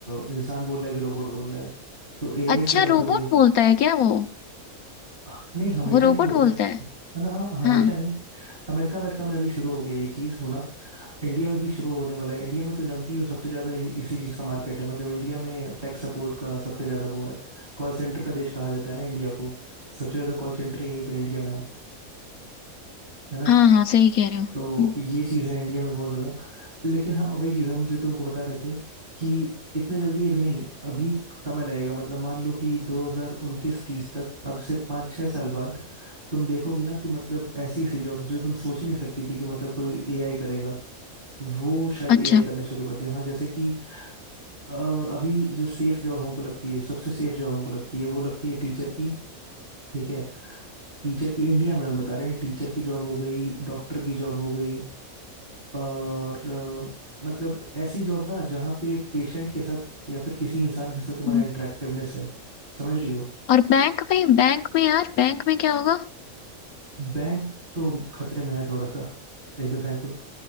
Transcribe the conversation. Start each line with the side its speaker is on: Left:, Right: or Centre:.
Right: अ, इंसान बोल रहा है कि रोबोट बोल रहा है तो एआई
Left: अच्छा
Right: से बात
Left: रोबोट
Right: हो रही है
Left: बोलता है क्या वो
Right: अ, नहीं हमेशा
Left: वो रोबोट
Right: नहीं बोलता
Left: बोलता है
Right: मतलब हाँ हमेशा
Left: हाँ
Right: नहीं अमेरिका अमेरिका में अभी शुरू हो गया ये चीज़ होना इंडिया में भी शुरू होने वाला है इंडिया में तो जानती हो सबसे ज़्यादा इ- इसी चीज़ का मार्केट है मतलब इंडिया में टेक सपोर्ट का सबसे ज़्यादा वो है कॉल सेंटर का देश कहा जाता है ना इंडिया को सबसे ज़्यादा कॉल सेंटर यहीं पे इंडिया में है है ना
Left: हाँ हाँ सही कह रहे हो हम्म,
Right: तो ये चीज़ है इंडिया में बहुत ज़्यादा लेकिन हाँ वही चीज़ हम जो तुमको बता रहे थे कि इतने जल्दी अभी नहीं अभी समय लगेगा मतलब मान लो कि 2029 30 तक अब से पाँच छः साल बाद तुम देखोगे ना कि मतलब ऐसी ऐसी जॉब्स जो तुम सोच ही नहीं सकती थी कि मतलब कोई एआई करेगा वो शायद एआई
Left: अच्छा
Right: करना शुरू कर दे हाँ जैसे कि अ, अभी जो सेफ जॉब हमको लगती है सबसे सेफ जॉब हमको लगती है वो लगती है टीचर की ठीक है टीचर की इंडिया में हम बता रहे हैं टीचर की जॉब हो गई डॉक्टर की जॉब हो गई और अ, मतलब ऐसी जॉब ना जहाँ पे पेशेंट के साथ या फिर किसी इंसान के साथ हमारा
Left: हम्म,
Right: इंटरेक्टिवनेस है समझ रही हो
Left: और बैंक में बैंक में यार बैंक में क्या होगा
Right: बैंक तो खतरे में है थोड़ा सा सही बताएं तो